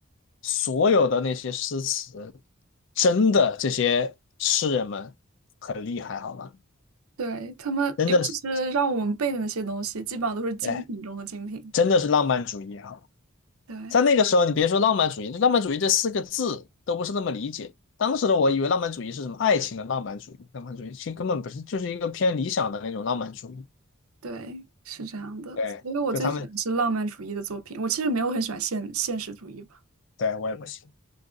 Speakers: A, on the left; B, on the right.
A: 所有的那些诗词，真的这些诗人们很厉害，好吗？
B: 对，他们尤其是让我们背的那些东西，
A: 真的是，
B: 基本上都是精品中的精品。
A: 哎，真的是浪漫主义哈。
B: 对。
A: 在那个时候，你别说浪漫主义，浪漫主义这四个字都不是那么理解。当时的我以为浪漫主义是什么爱情的浪漫主义，浪漫主义其实根本不是，就是一个偏理想的那种浪漫主义。
B: 对，是这样的。
A: 对，
B: 所以我最喜欢是浪漫主义的作品。
A: 就他们，
B: 我其实没有很喜欢现现实主义吧。
A: 对，我也不行。